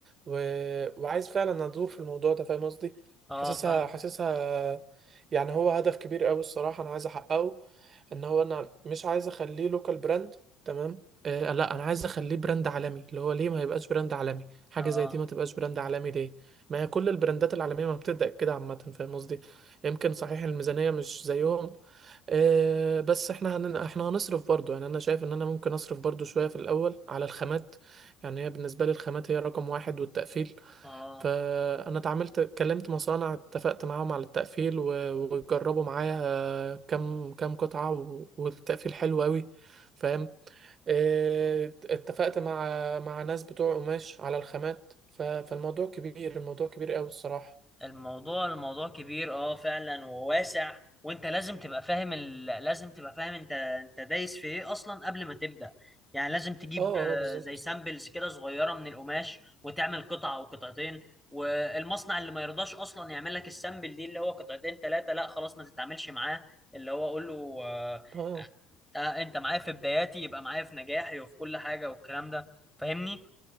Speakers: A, on the right; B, in the centre.
A: و... وعايز فعلا ادور في الموضوع ده فاهم قصدي
B: اه
A: حاسسها
B: فاهم
A: حاسسها يعني هو هدف كبير قوي الصراحة انا عايز احققه ان هو انا مش عايز اخليه لوكال براند تمام آه لا انا عايز اخليه براند عالمي اللي هو ليه ما يبقاش براند عالمي حاجة
B: اه
A: زي دي ما تبقاش براند عالمي ليه ما هي كل البراندات العالمية ما بتبدأ كده عامة فاهم قصدي يمكن صحيح الميزانية مش زيهم آه بس احنا هن... احنا هنصرف برضو يعني انا شايف ان انا ممكن اصرف برضو شوية في الاول على الخامات يعني هي بالنسبة لي الخامات هي رقم واحد والتقفيل
B: اه
A: فأنا اتعاملت كلمت مصانع اتفقت معاهم على التقفيل و- وجربوا معايا كام كام قطعة و- والتقفيل حلو أوي فاهم اه، اتفقت مع مع ناس بتوع قماش على الخامات ف- فالموضوع كبير الموضوع كبير أوي الصراحة
B: الموضوع الموضوع كبير اه فعلا وواسع وانت لازم تبقى فاهم ال... لازم تبقى فاهم انت انت دايس في ايه اصلا قبل ما تبدأ يعني لازم تجيب
A: اه
B: آه،
A: اه بالظبط
B: زي سامبلز كده صغيرة من القماش وتعمل قطعة او قطعتين والمصنع اللي ما يرضاش اصلا يعمل لك السامبل دي اللي هو قطعتين ثلاثة لا خلاص ما تتعاملش معاه اللي هو اقول له آه،
A: اه آه.
B: آه انت معايا في بداياتي يبقى معايا في نجاحي وفي كل حاجة والكلام ده فاهمني